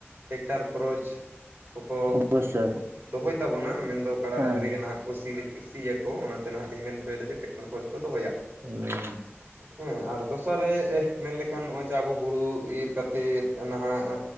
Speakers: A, on the right; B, on the right.
A: ᱴᱮᱠᱴᱟᱨ ᱠᱷᱚᱨᱚᱪ ᱠᱚ ᱠᱚ
B: ᱚᱵᱚᱥᱥᱳᱭ
A: ᱫᱚᱦᱚᱭ ᱛᱟᱵᱚᱱᱟ ᱢᱮᱱ ᱫᱚ ᱠᱟᱰᱟ
B: ᱦᱮᱸ
A: ᱰᱟᱹᱝᱨᱤ ᱜᱮ ᱱᱟᱦᱟᱜ ᱠᱚ ᱥᱤ ᱞᱮ ᱤᱥᱤᱭᱟᱠᱚ ᱚᱱᱟᱛᱮ ᱱᱟᱦᱟᱜ ᱞᱤᱧ ᱢᱮᱱ ᱦᱚᱪᱚᱭᱮᱫᱟ ᱡᱮ ᱴᱮᱠᱴᱟᱨ ᱠᱷᱚᱡ ᱠᱚ ᱫᱚᱦᱚᱭᱟ,
B: <unintelligible>
A: ᱦᱮᱸ ᱟᱨ ᱫᱚᱥᱟᱨ ᱨᱮ ᱢᱮᱱ ᱞᱮᱠᱷ ᱮᱱᱠᱷᱟᱱ ᱱᱚᱜᱼᱚᱭ ᱡᱮ ᱟᱵᱚ ᱦᱩᱲᱩ ᱤᱨ ᱠᱟᱛᱮᱫ ᱱᱟᱦᱟᱜ